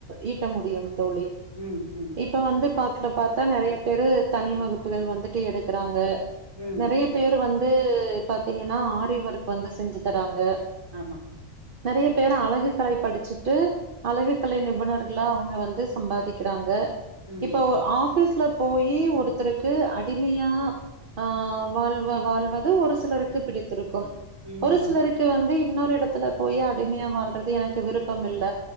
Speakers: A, on the right; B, on the right.
A: ஈட்ட முடியு தோழி
B: ம் ம்
A: இப்ப வந்து பாக்ல பாத்தா நறைய பேரு தனி வகுப்புகள் வந்து டி எடுக்குறாங்க
B: ம்
A: நெறைய பேர் வந் து பத் தீங்கனா ஆரிவர்க் வந்து செஞ்சு தராங்க
B: ஆமா
A: நறைய பேர் அழகுக் கலை படிச்சுட்டு அழகுக் கலை நிபுணர்களா அவுங்க வந்து சம்பாதிக்கிறாங்க
B: ம்
A: இப்போ ஆஃபீஸ் ல போயி ஒருத்தருக்கு அட் டிம்மியா ஆ வாழ்வ வாழ்வது ஒரு சிலருக்கு பிடித்திருக்கு
B: ம்
A: ஒரு
B: ம்
A: சிலருக்கு வந்து இன்னொ இடத்துல போயி அடிம்யா வாழ்றது எனக்கு விருப்பம் இல்ல